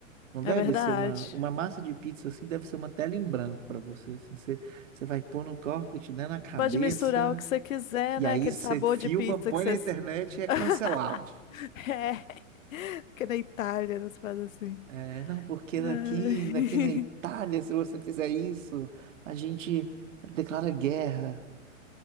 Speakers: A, on the right (about 65°); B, on the left (about 75°).
A: Não
B: É
A: deve
B: verdade.
A: ser uma, uma massa de pizza assim, deve ser uma tela em branco para você, assim, você, você vai pôr no corpo, te dando na cabeça,
B: Você pode misturar o que você quiser,
A: e
B: né?
A: aí
B: Aquele
A: você
B: sabor
A: filma,
B: de pizza
A: põe
B: que você.
A: na internet e é
B: <laughs>
A: cancelado.
B: É. Porque na Itália eles fazem assim.
A: É, não, porque daqui,
B: Ai,
A: daqui na Itália, se você fizer isso, a gente declara guerra.